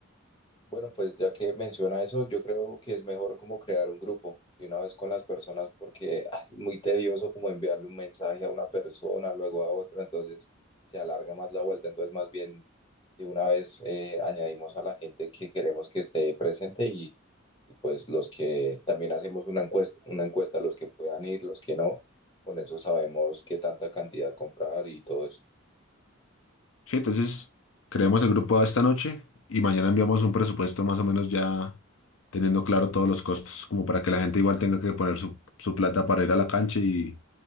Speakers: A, on the left; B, on the left.
A: Bueno, pues ya que menciona eso, yo creo que es mejor como crear un grupo de una vez con las personas porque ah, es muy tedioso como enviarle un mensaje a una persona, luego a otra, entonces se alarga más la vuelta, entonces más bien de una vez eh, añadimos a la gente que queremos que esté presente y, y pues los que también hacemos una encuesta, una encuesta, los que puedan ir, los que no, con eso sabemos qué tanta cantidad comprar y todo eso.
B: Sí, entonces creamos el grupo esta noche y mañana enviamos un presupuesto más o menos ya teniendo claro todos los costos, como para que la gente igual tenga que poner su, su plata para ir a la cancha y,